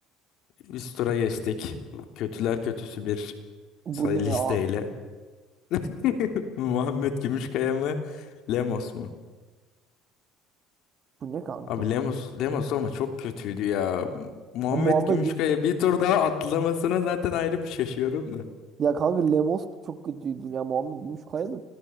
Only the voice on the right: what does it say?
bu
ne
ya?
Bu ne kanka?
Ya Muhammed
Güm
Ya kanka Lemos da çok kötüydü. Ya Muhammed Gümüşkaya da